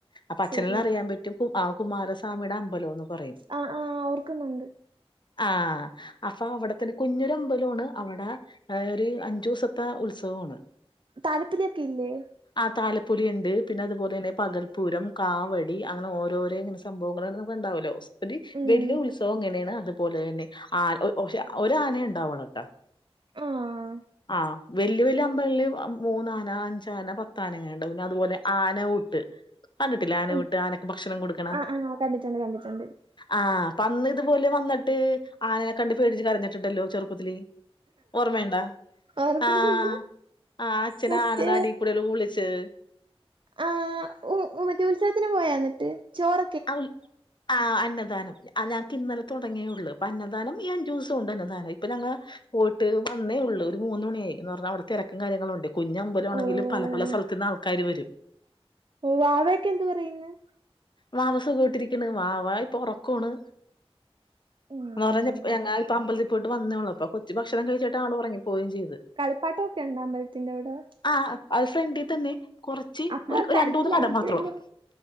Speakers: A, on the left; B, on the right.
A: അപ്പൊ അച്ഛനെല്ലാം
B: ശരിയാ
A: അറിയാൻ പ.. ആഹ്. കുമാരസാമിടെ. അമ്പലന്ന്. പറയും..
B: ആഹ് ആഹ് ഓർക്കുന്നുണ്ട്..
A: ആഹ് അപ്പൊ അവിടത്തെയൊരു. കുഞ്ഞരമ്പലമാണ്. അവിടെ.. ആഹ് ഒരു അഞ്ചു ദിവസത്തെ. ഉത്സവമാണ്..
B: താലപ്പൊലിയൊക്കെ ഇല്ലേ.
A: ആഹ്. താലപ്പൊലിയുണ്ട്. പിന്നെ അതുപോലെ തന്നെ. പകൽപ്പൂരം കാവടി അങ്ങനെ ഓരോരെ.. സംഭവങ്ങള്. <unintelligible> ഒരു
B: ഉം
A: വല്ല്യ ഉത്സവം ഇങ്ങനെയാണ്. അതുപോലെ തന്നെ. ആഹ്. പക്ഷേ. ഒരു ആനയെ ഉണ്ടാവുളളു ട്ടോ..
B: ആഹ്
A: ആഹ്.. വലിയ വലിയ അമ്പലങ്ങളിൽ ആഹ് മൂന്ന് ആന, അഞ്ച് ആന, പത്ത് ആന എങ്ങാണ്ട്, അതുപോലെ ആന ഊട്ട്. കണ്ടിട്ടില്ലേ ആന
B: ഉം
A: ഊട്ട് ആനക്ക് ഭക്ഷണം കൊടുക്കേണ്.
B: ആഹ് ആഹ് കണ്ടിട്ടുണ്ട് കണ്ടിട്ടുണ്ട്.
A: ആഹ് അപ്പോ അന്ന് ഇതുപോലെ വന്നിട്ട് ആനനെ കണ്ട് പേടിച്ച് കരഞ്ഞിട്ടുണ്ടല്ലോ ചെറുപ്പത്തില്. ഓർമ്മയുണ്ടോ
B: ഓർക്കുന്നുണ്ട്
A: ആഹ്. ആഹ്, അച്ഛൻ
B: മറ്റേ
A: ആനയുടെ അടിയിൽ കൂടെ ഊളിച്ചത്.
B: ആഹ് ഉം ഉത്സവത്തിന് മറ്റേ ഉത്സവത്തിന് പോയോ എന്നിട്ട് ചോറ
A: ആഹ് ഉൽ ആഹ് അന്നദാനം ഇല്ല. ആഹ് ഞങ്ങൾക്ക് ഇന്നലെ തുടങ്ങിയുള്ളൂ, അപ്പൊ അന്നദാനം ഈ അഞ്ച് ദിവസം ഉണ്ട്, അന്നദാനം ഇപ്പൊ ഞങ്ങൾ. പോയിട്ട് വന്നേയുള്ളൂ, ഒരു മൂന്ന്‌ മണിയായി എന്ന് പറഞ്ഞാൽ അവിടെ തെരക്കും കാര്യങ്ങളും ഉണ്ട്. കുഞ്ഞമ്പലം ആണെങ്കിലും
B: ഓഹ്
A: പലപല സ്ഥലത്ത് നിന്നും ആൾക്കാർ വരും.
B: വാവയൊക്കെ എന്തു പറയുന്നു.
A: വാവ സുഖമായിട്ടിരിക്കുന്നു, വാവ ഇപ്പൊ ഉറക്കമാണ്.
B: ഉം
A: നിറഞ്ഞു ഞങ്ങള് ഇപ്പ അമ്പലത്തിൽ പോയിട്ട് വന്നേയുള്ളൂ അപ്പൊ കൊച്ച് ഭക്ഷണം കഴിച്ചിട്ട് ആള് ഒറങ്ങി പോവുകയും ചെയ്തു.
B: കളിപ്പാട്ടം ഒക്കെ അമ്പലത്തിന്റെ അവിടെ.
A: ആഹ് അത് ഫ്രണ്ടിൽ തന്നെ കൊറച്ച്
B: അപ്പൊ
A: ഒരു
B: കരച്ചിലായിരിക്കുവല്ലോ
A: രണ്ടുമൂന്ന് കട മാത്രമേയുള്ളൂ